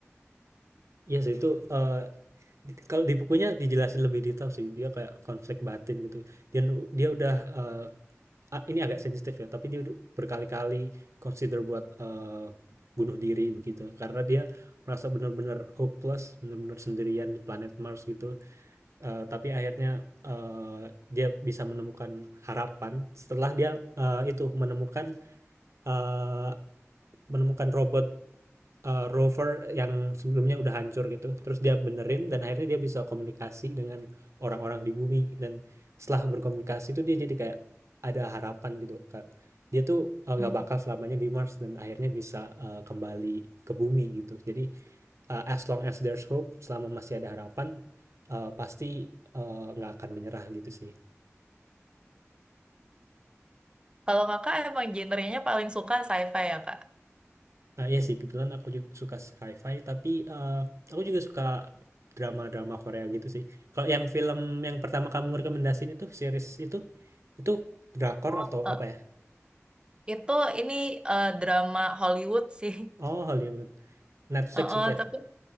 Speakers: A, on the right (about 70°); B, on the right (about 20°).
A: iya sih itu eh, di- kalau di bukunya dijelasin lebih detail sih dia kayak konflik batin gitu. Dia nu- dia udah eh, Ah, ini agak sensitif ya, tapi dia udah berkali-kali consider buat, eee, bunuh diri begitu, karena dia merasa benar-benar hopeless, benar-benar sendirian di planet Mars gitu, eee, tapi akhirnya, eee, dia bisa menemukan harapan setelah dia, eee, itu menemukan, eee, menemukan robot Eee, rover yang sebelumnya udah hancur gitu, terus dia benerin dan akhirnya dia bisa komunikasi dengan orang-orang di bumi dan setelah berkomunikasi itu dia jadi kayak ada harapan gitu, Kak. Dia tuh, eee,
B: Hmm.
A: nggak bakal selamanya di Mars dan akhirnya bisa, eee, kembali ke bumi gitu. Jadi, eee, as long as there's hope, selama masih ada harapan, eee, pasti, eee, nggak akan menyerah gitu sih.
B: Kalau kakak emang genrenya paling suka sci-fi ya kak?
A: Nah, iya sih, kebetulan aku juga suka sci-fi, tapi eh, aku juga suka drama-drama Korea gitu sih. Kalau yang film yang pertama kamu rekomendasiin itu series itu, itu drakor
B: Oh.
A: atau
B: Eh,
A: apa ya?
B: itu ini eh, drama Hollywood sih. <laughs>
A: Oh, Hollywood, Netflix
B: Eh, eh,
A: itu ya?
B: tapi